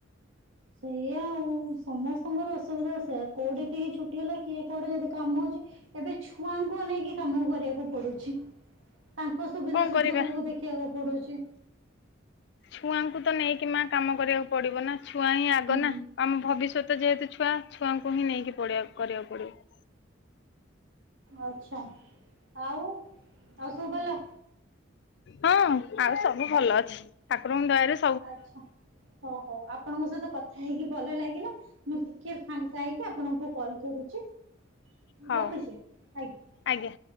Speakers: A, on the right; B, on the left.
A: ସେଇଆ ଆଉ ସମସ୍ତଙ୍କର ଅସୁବିଧା ସେଇଆ କୋଉଠି ଟିକେ ଛୁଟି ହେଲା କିଏ କୋଉଠି ଯଦି କାମ ଅଛି ଏବେ ଛୁଆଙ୍କୁ ଅନେଇକି କାମ କରିବାକୁ ପଡୁଛି। ତାଙ୍କ ସୁବିଧା
B: କଣ
A: ସୁଯୋଗ
B: କରିବା
A: କୁ ଦେଖିବାକୁ ପଡୁଛି।
B: ଛୁଆଙ୍କୁ ତ ନେଇକି ମା କାମ କରିବାକୁ ପଡିବ ନା ଛୁଆ ହିଁ ଆଗ
A: ହୁଁ
B: ନା ଆମ ଭବିଷ୍ ଷ୍ୟତ ଯେହେତୁ ଛୁଆ ଛୁଆଙ୍କୁ ହିଁ ନେଇକି ପଡିଆ କରିବାକୁ ପଡ଼ିବ।
A: ଆଛା ଆଉ ଆଉ ସବୁ ଭଲ?
B: ହଁ ଆଉ ସବୁ ଭଲ ଅଛି ଠାକୁରଙ୍କ ଦୟରୁ
A: ଆଚ୍ଛା। ହ ହଉ ଆପଣଙ୍କ ସହିତ କଥା ହେଇକି ଭଲ ଲାଗିଲା ମୁଁ ଟିକେ ଫାଙ୍କା ହେଇକି ଆପଣଙ୍କୁ କଲ୍ କରୁ ଛି ମୁଁ
B: ହଉ
A: ରଖୁଛି ଆଜ୍ଞା।
B: ଆଜ୍ଞା।